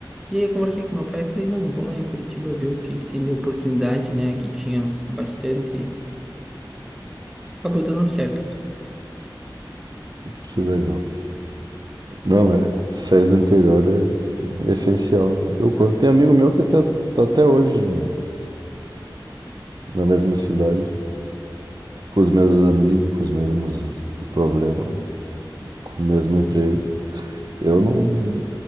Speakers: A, in the centre; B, on the right (about 55°).
A: E aí eu conversei com meu pai e falei, não, vou lá em Curitiba ver o que que tem de oportunidade, né? Aqui tinha bastante. Acabou dando certo.
B: Que legal. Não é. Sair do interior é essencial. Né? Eu conto- tem amigo meu que até, tá até hoje em- na mesma cidade, com os mesmos amigos, com os mesmos problemas, com o mesmo emprego. Eu não.